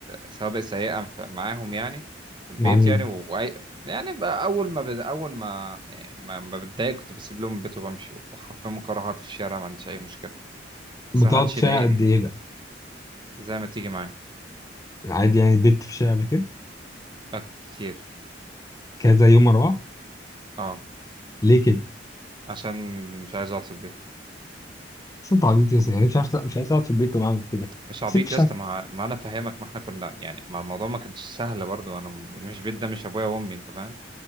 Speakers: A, on the right; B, on the left.
A: سوابق سيئه ف- معاهم يعني في البيت
B: مع مين
A: يعني و... وأي- يعني بقى اول ما بد... اول ما يعني ما ما بتضايق كنت بسيب لهم البيت وبمشي وحرفيا ممكن اروح اقعد في الشارع ما عنديش اي مشكله
B: بتقعد
A: بس ما حدش
B: في الشارع
A: يضايقني
B: قد ايه بقى
A: زي ما تيجي معايا
B: عادي يعني بت في الشارع قبل كده
A: أك- كتير
B: كذا يوم ورا بعض
A: اه
B: ليه كده
A: عشان مش عايز اقعد في البيت
B: بس انت عبيط يا اسطى. يعني مش عارف مش عايز اقعد في البيت وبعمل كده
A: مش عبيط
B: سيب في
A: يا اسطى ما ما انا فاهمك ما احنا كنا يعني ما الموضوع ما كانش سهل برضو انا مش بيت ده مش ابويا وامي انت فاهم